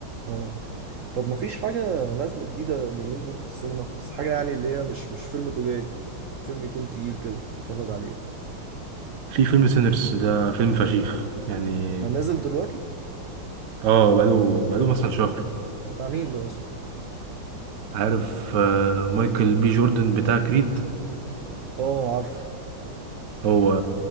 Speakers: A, on the right (about 75°); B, on the right (about 60°).
A: اه طب ما فيش حاجه نازله جديده اليومين دول في السينما بس حاجه يعني اللي هي مش مش فيلم تجاري فيلم يكون تقيل كده اتفرج عليه
B: في فيلم سينرز ده فيلم فشيخ يعني
A: انا نازل دلوقتي
B: اه بقاله بقاله مثلا شهر
A: بتاع مين ده اصلا
B: عارف آه، مايكل بي جوردن بتاع كريد
A: اه عارفه
B: هو